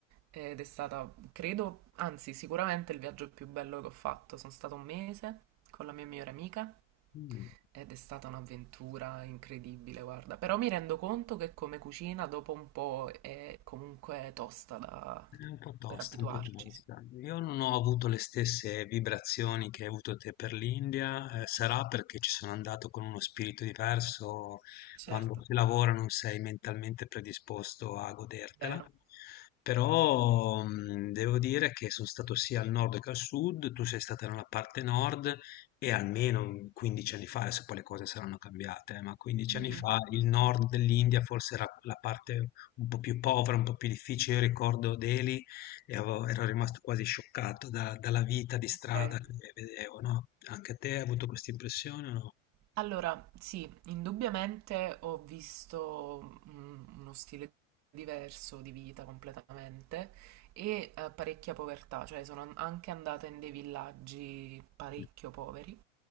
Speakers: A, on the right; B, on the left.
A: ed è stata, credo, anzi, sicuramente il viaggio più bello che ho fatto. Sono stato un mese con la mia migliore amica
B: Mm.
A: ed è stata un'avventura incredibile, guarda. Però mi rendo conto che come cucina dopo un po' è comunque tosta da-
B: È un po' tosta,
A: per abituarci.
B: un po' tosta.
A: Sì.
B: Io non ho avuto le stesse vibrazioni che hai avuto te per l'India, eh, sarà perché ci sono andato con uno spirito diverso, quando
A: Certo,
B: si lavora non sei mentalmente predisposto a godertela,
A: vero.
B: però mh, devo dire che sono stato sia al nord che al sud, tu sei stata nella parte nord e almeno 15 anni fa, adesso poi le cose saranno cambiate, eh, ma 15
A: Mhm,
B: anni fa il nord dell'India forse era la parte un po' più povera, un po' più difficile. Io ricordo Delhi e avevo ero rimasto quasi scioccato da dalla vita di strada
A: Ok.
B: che vedevo, no, anche te hai avuto questa impressione o no?
A: Allora, sì, indubbiamente ho visto mm, uno stile diverso di vita completamente e eh, parecchia povertà, cioè sono an- anche andata in dei villaggi parecchio
B: Mh.
A: poveri,